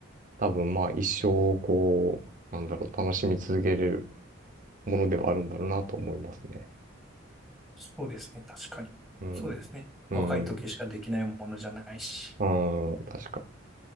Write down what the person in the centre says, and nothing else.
そうですね。確かに。
そうですね。
若い時しかできないものじゃないし。